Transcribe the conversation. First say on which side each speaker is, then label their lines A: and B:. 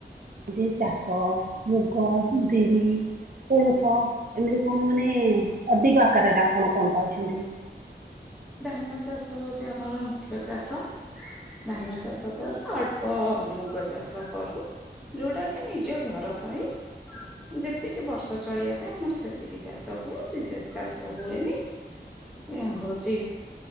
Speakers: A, on the right; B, in the centre.
A: ଯେ ଚାଷ ମୁଗ ବିରି କୋଳଥ ଏମିତି କଣ ମାନେ ଅଧିକ ଆକାରରେ ଆପଣ କଣ ପାଉଛନ୍ତି?
B: ଧାନ ଚାଷ ହୋଉଚି ଆମର ମୁଖ୍ୟ ଚାଷ। ଧାନ ଚାଷ କରୁ ଅଳ୍ପ ମୁଗ ଚାଷ କରୁ। ଯୋଉଟା କି ନିଜ ଘର ପାଇଁ। ଯେତିକି ବର୍ଷ ଚଳିବା ପାଇଁ ଆମର ସେତିକି ଚାଷ ହୁଏ ବିଶେଷ ଚାଷ ହୁଏନି। ଏ ହଉଚି